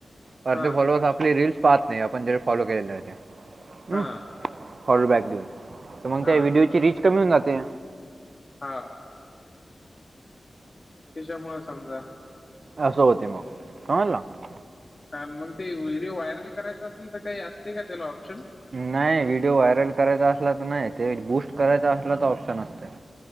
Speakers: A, on the right (about 55°); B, on the left (about 35°).
A: अ
B: हा
A: तेे फॉलोअर्स आपले रीलल्स पाहत नाही आपण जर फॉलो केलेलं त्या्
B: हा
A: फॉलोबॅक देऊन तर मग
B: हा
A: त्या व्हिडिओची रीच कमी होऊन जाते.
B: हा. त्याच्यामुळे समजा
A: असं होते मग कणलं <unintelligible>
B: आणि मग ते व्हिडिओ व्हायरल करायचा असेल तर काही असते का त्याला ऑप्शन?
A: नाही व्हिडिओ व्हायरल करायचा असला तर नाही, ते बूस्ट करायचा असला तर ऑप्शन असत.